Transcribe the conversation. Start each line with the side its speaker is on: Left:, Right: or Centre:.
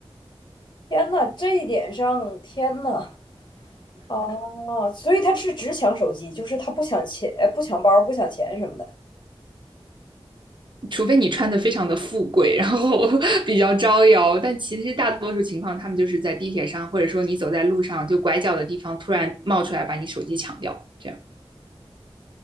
Left: 天呐，这一点上，天呐，啊，所以他是只抢手机，就是他不抢钱、呃不抢包、不抢钱什么的。
Right: 除非你穿的非常的富贵，然后 <laughs> 比较招摇。但其实大多数情况，他们就是在地铁上，或者说你走在路上，就拐角的地方突然冒出来把你手机抢掉，这样。